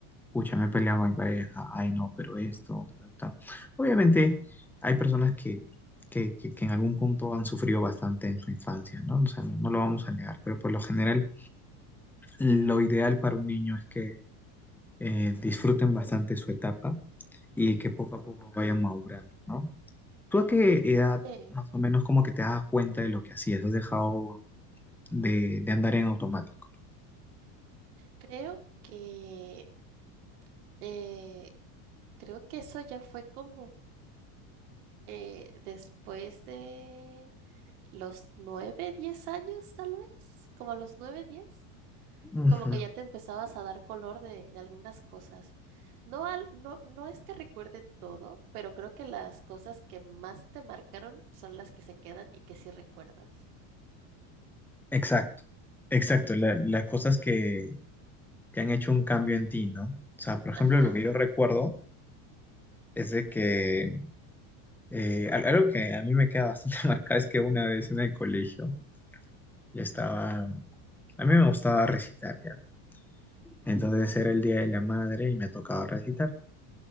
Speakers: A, in the centre; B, on the right (about 85°).
A: pucha, me he peleado con mi pareja, ay, no, pero esto, ta, ta, ta". Obviamente hay personas que, que, que- que en algún punto han sufrido bastante en su infancia, ¿no? O sea, no, no lo vamos a negar, pero por lo general lo ideal para un niño es que eh, disfruten bastante su etapa y que poco a poco vayan madurando, ¿no? ¿Tú a qué edad
B: sí.
A: más o menos como que te das cuenta de lo que hacías? ¿Has dejado de, de andar en automático?
B: Creo que, eh, creo que eso ya fue como eh, después de... los nueve, diez años, tal vez, como a los nueve, diez,
A: Ujú.
B: como que ya te empezabas a dar color de, de algunas cosas. No, al- no, no es que recuerde todo, pero creo que las cosas que más te marcaron son las que se quedan y que sí recuerdas.
A: Exacto, exacto, la- las cosas que, que han hecho un cambio en ti, ¿no? O sea, por ejemplo,
B: Ajá,
A: lo que yo recuerdo es de que eh, al- algo que a mí me queda bastante <laughs> marcado es que una vez en el colegio yo estaba, a mí me gustaba recitar ya, entonces era el Día de la Madre y me tocaba recitar,